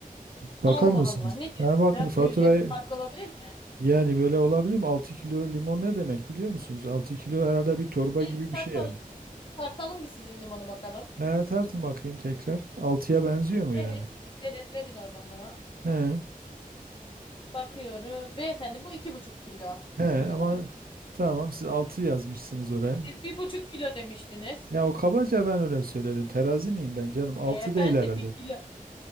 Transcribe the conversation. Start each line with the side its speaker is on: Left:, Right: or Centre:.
Right: Bakar
Left: Allah
Right: mısınız?
Left: Allah. Ne diyorsun
Right: Ha, bakın
Left: ya?
Right: faturayı
Left: Böyle bir fark olabilir mi?
Right: Yani böyle olabilir mi? 6 kilo limon ne demek biliyor musunuz? 6 kilo herhalde bir torba
Left: Gelin
Right: gibi bir
Left: tartalım.
Right: şey yani.
Left: Tartalım bir sizin limonu bakalım.
Right: He tartın bakayım tekrar. Altıya benziyor mu yani?
Left: Verin, verin, verin oradan bana.
Right: He.
Left: Bakıyoruz. Beyefendi bu iki buçuk kilo
Right: He ama
Left: bu limon.
Right: tamam siz 6 yazmışsınız oraya.
Left: E, Siz bir buçuk kilo demiştiniz.
Right: Ya o kabaca ben öyle söyledim. Terazi miyim ben canım? 6
Left: Beyefendi
Right: değil herhalde.
Left: bir kilo.